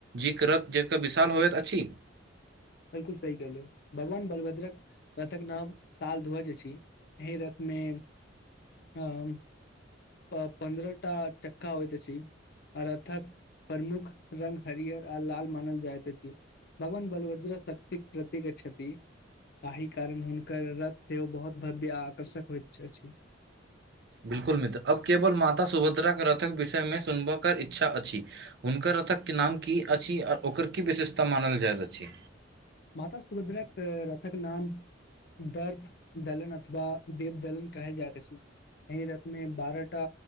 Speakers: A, on the right; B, on the left.
A: जीक्रत जेका विशाल होइत अछि?
B: बिलकुल सही कहलू भगवान बलभद्रक रथक नाम ताल धोअज अछी एहि रथ मे हम प पन्द्रह टा चक्का होइत अछी। आ रथक प्रमुख रंग हरियर आ लाल मानल जाइत अछि। भगवान बलभद्रा शक्तिक प्रतिक छति। ताहि कारण हुनकर रथ सेहो बहोत भव्य आ आकर्षक होयइत अछि।
A: बिलकुल मित्र अब केवल माता सुभद्राक रथक विषय मे सुनब कर इच्छा अछि। हुनकर रथकके नाम की अछि आर ओकर की विशेषता मानल जाइत अछि।
B: माता सुभद्राकऽ रथक नाम दर्फ दलन अथवा देव दलन कहेल जाइत अछी। एहि रथमे बारहटा